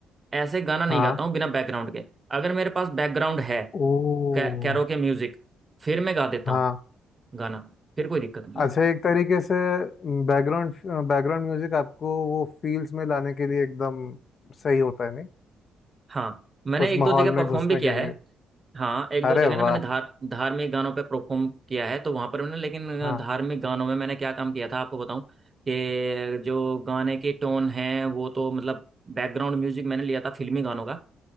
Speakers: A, on the right; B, on the left.
A: ऐसे गाना नहीं
B: हाँ
A: गाता हूँ बिना बैकग्राउंड के अगर मेरे पास बैकग्राउंड है
B: ओ
A: कैरोके म्यूजिक फिर मैं गा देता
B: हाँ
A: हूँ गाना फिर कोई दिक्कत नहीं
B: अच्छा
A: है
B: एक तरीके से बैकग्राउंड बैकग्राउंड म्यूजिक आपको वो फील्स में लाने के लिए एकदम सही होता है नहीं
A: हाँ मैंने
B: उस
A: एक दो
B: माहौल
A: जगह परफॉर्म
B: में घुसने
A: भी किया
B: के
A: है
B: लिए
A: हाँ एक दो
B: अरे
A: जगह ना
B: वाह
A: मैंने धार धार्मिक गानों पे परफॉर्म किया है तो वहां पर मैंने लेकिन
B: हाँ
A: धार्मिक गानों में मैंने क्या काम किया था आपको बताऊं कि जो गाने की टोन है वो तो मतलब बैकग्राउंड म्यूजिक मैंने लिया था फिल्मी गानों का